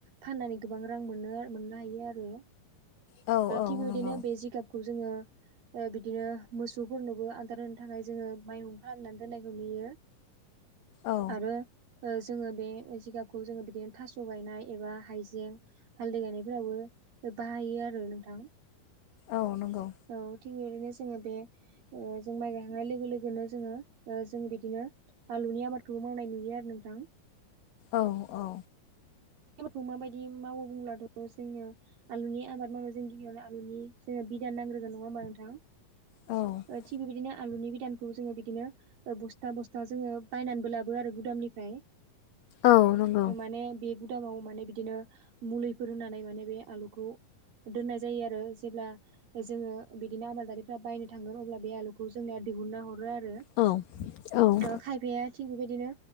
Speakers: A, on the right (about 70°); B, on the left (about 75°).
A: फाननानै गोबां रां मोनो मोननो हायो आरो ओ
B: औ औ
A: थिग बेबायदिनो
B: नंगौ
A: बे जिगाब खौ जोङो ओ बिदिनो मोसौफोरनोबो आदार होनो थाखाय जोङो माइहुं खालामनानै दोननायखौ नुयो।
B: औ
A: आरो ओ जोङो बे जिगाबखौ जोङो बिदिनो थास' गायनाय एबा हाइजें हालदै गायनायफोरावबो बाहायो आरो नोंथां।
B: औ नंगौ।
A: औ थिग बेबायदिनो जोङो बे ओ जों माइ गायखांनाय लोगो लोगोनो जोङो ओ जों बिदिनो आलुनि आबादखौबो मावनाय नुयो आरो नोंथां।
B: औ औ।
A: आलुखौ माबायदि मावो बुंब्लाथ' जोंनिया आलुनि आबाद मावनो जों गिबियावनो आलुनि जोङो बिदान नांग्रोगोन नङा होमबा नोंथां?
B: औ
A: ओ थिग बेबायदिनो आलुनि बिदानखौ जोङो बिदिनो बस्था बस था जोङो बायनानैबो लाबो आरो गुदामनिफ्राय
B: औ नंगौ
A: माने बे गुदामाव माने बिदिनो मुलिफोर होनानै माने बे आलुखौ दोननाय जायो आरो जेब्ला जोङो बिदिनो आबादारिफ्रा बायनो थांगोन अब्ला बे आलुखौ जोंनिया दिहुनना हरो आरो।
B: औ औ
A: ओ खायफाया थिग बेबायदिनो